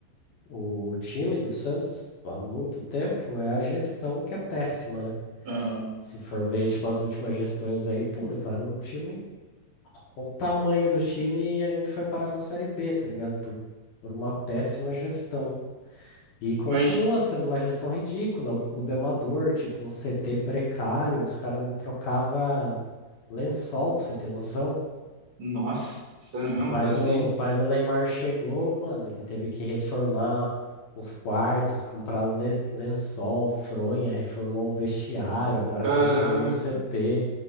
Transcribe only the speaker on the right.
Aham.
Mas,
nossa, sério mesmo,
tá assim?
Caraca.